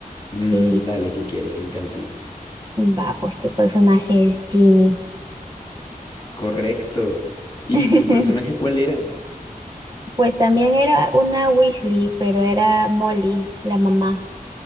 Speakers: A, on the left (about 25°); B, on the right (about 25°).
A: mm,
B: Sí,
A: dale si quieres, inténtalo.
B: va, pues tu personaje es Ginny.
A: Correcto. ¿Y
B: <laughs>
A: tu personaje cuál era?
B: Pues también era una Weasley, pero era Molly, la mamá.